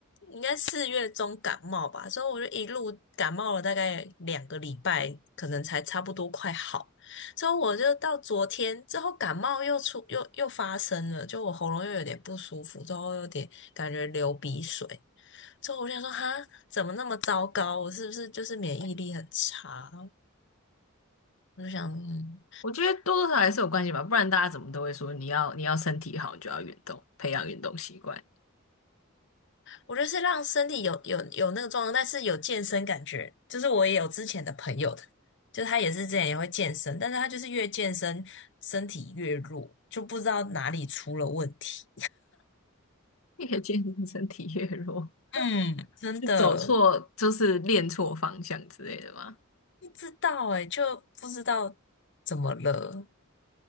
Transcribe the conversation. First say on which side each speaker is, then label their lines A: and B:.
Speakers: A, on the left; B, on the left.
A: 应该四月中感冒吧，所以我就一路感冒了大概两个礼拜，可能才差不多快好。之后我就到昨天之后感冒又出又又发生了，就我喉咙又有点不舒服，之后有点感觉流鼻水。之后我就想说，哈，怎么那么糟糕？我是不是就是免疫力很差？我就想，嗯
B: 我觉得多多少少还是有关系吧，不然大家怎么都会说你要你要身体好，你就要运动，培养运动习惯，
A: 我觉得是让身体有有有那个状况，但是有健身感觉。就是我也有之前的朋友的，就他也是之前也会健身，但是他就是越健身身体越弱，就不知道哪里出了问题。
B: 越健身身体越弱，
A: 嗯，真的
B: 是走错就是练错方向之类的吗？
A: 不知道哎、就不知道怎么了，